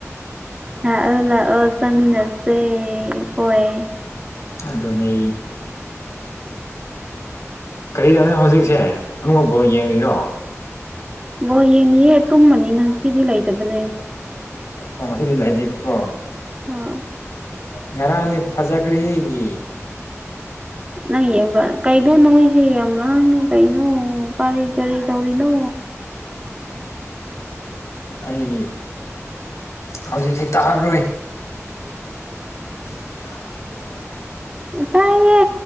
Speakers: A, on the right (about 20°); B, on the left (about 70°).
A: ꯂꯥꯛꯑꯣ ꯂꯥꯛꯑꯣ ꯆꯥꯃꯤꯟꯅꯁꯦ ꯑꯈꯣꯏ
B: ꯑꯗꯨꯅꯦ ꯀꯔꯤꯗꯧꯔꯦ ꯍꯧꯖꯤꯛꯁꯦ ꯑꯃꯨꯛꯀ ꯕꯣꯜ ꯌꯦꯡꯉꯤꯔꯣ
A: ꯕꯣꯜ ꯌꯦꯡꯉꯤꯌꯦ ꯇꯨꯝꯃꯅꯤ ꯉꯁꯤꯗꯤ ꯂꯩꯇꯕꯅꯦ
B: ꯑꯣ ꯉꯁꯤꯗꯤ ꯂꯩꯥꯇꯦꯀꯣ
A: ꯍꯣꯢ
B: ꯉꯔꯥꯡꯅꯦ ꯐꯖꯈ꯭ꯔꯦꯍꯦ
A: ꯅꯪ ꯌꯦꯡꯕ ꯀꯩꯅꯣ ꯅꯣꯢꯁꯦ ꯌꯥꯝ ꯂꯥꯡꯉꯦ ꯀꯩꯅꯣ ꯀꯔꯤ ꯀꯔꯤ ꯇꯧꯔꯤꯅꯣ
B: ꯑꯩ ꯍꯧꯖꯤꯛꯁꯤ ꯇꯥꯛꯑꯔꯣꯏ
A: <inaudible>
B: <unintelligible>
A: ꯇꯥꯏꯌꯦ